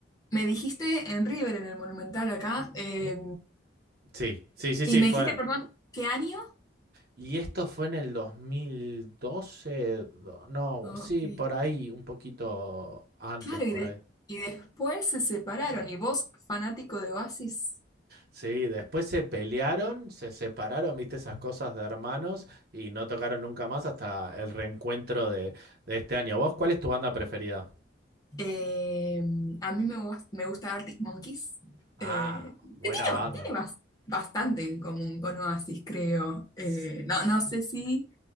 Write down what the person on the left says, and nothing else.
Me dijiste en River, en el Monumental acá, eh,
y
me
dijiste, perdón, ¿qué año?
Ok.
Claro,
y, de-
y después se separaron, y vos, fanático de Oasis.
Eh, a mí me, gus- me gusta Arctic Monkeys,
eh,
que tiene,
ba- tiene bas- bastante en común con Oasis, creo. Eh,
no, no sé si